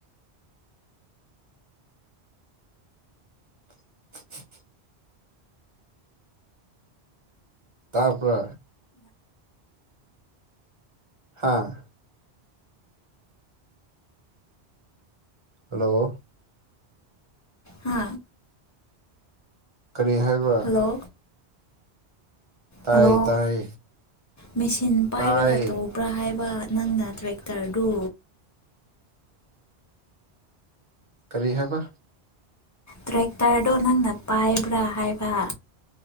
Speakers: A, on the right; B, on the left.
A: <unintelligible> ꯇꯥꯄ ꯍꯥꯥ ꯍꯜꯂꯣ
B: ꯍꯥ
A: ꯀꯔꯤ ꯍꯥꯏꯕ꯭ꯔꯥ
B: ꯍꯜꯂꯣ
A: ꯇꯥꯏ
B: ꯍꯜꯂꯣ
A: ꯇꯥꯏ
B: ꯃꯦꯆꯤꯟ ꯄꯥꯏꯔꯒ
A: ꯇꯥꯏ
B: ꯇꯧꯕ꯭ꯔꯥ ꯍꯥꯏꯕ ꯅꯪꯅ ꯇ꯭ꯔꯦꯛꯇꯔꯗꯨ
A: ꯀꯔꯤ ꯍꯥꯏꯦꯕ
B: ꯇ꯭ꯔꯦꯛꯇꯔꯗꯣ ꯅꯪꯅ ꯄꯥꯏꯕ꯭ꯔꯥ ꯍꯥꯏꯕ